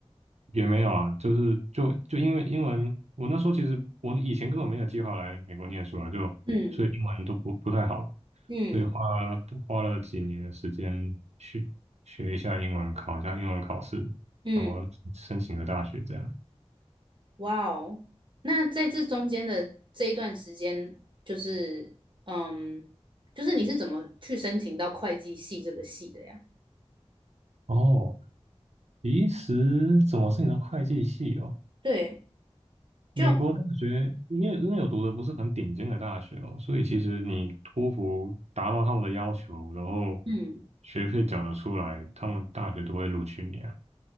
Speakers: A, on the right (about 80°); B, on the right (about 45°).
A: 也没有啊，就是就就因为英文，我那时候其实我以前根本没有计划来美国念书啊，就所以英文都不不太好，
B: 嗯嗯
A: 所以花了花了几年的时间去学一下英文，考一下英文考试，
B: 嗯，
A: 然后申请个大学这样。
B: 哇哦，那在这中间的这一段时间，就是嗯，就是你是怎么去申请到会计系这个系的呀？
A: 哦，其实怎么是你的会计系哦？
B: 对，
A: 美国大学，
B: 就
A: 因为因为有读的不是很顶尖的大学哦，所以其实你托福达到他们的要求，然后
B: 嗯。
A: 学费缴得出来，他们大学都会录取你啊。